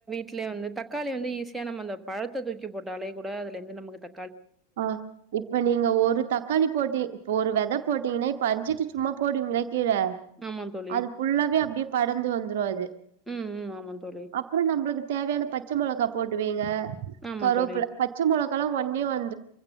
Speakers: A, in the centre; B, on the right.
A: ட்லியே வந்து தக்காளி வந்து ஈஸியா நம்ப அந்த பழத்த தூக்கி போட்டாலே கூட அதுலந்து நமக்கு த
B: அ இப்ப நீங்க ஒரு தக்காளி போட்டி இப்ப ஒரு வெத போட்டீங்கனே இப்ப அஞ்சுட்டு சும்மா போடுவிங்ளே கீழ
A: ஆமா தோழி
B: அது ஃபுல்லாவே அப்டியே படந்து வந்துரு அது
A: ம் ம் ஆமா தோழி
B: அப்புறோ நம்புளுக்கு தேவயான பச்ச மொளகா போட்டுவீங்க
A: ஆமா
B: கருவேப்புல
A: தோழி
B: பச்ச மொளகால்லா ஒன்னியே வந்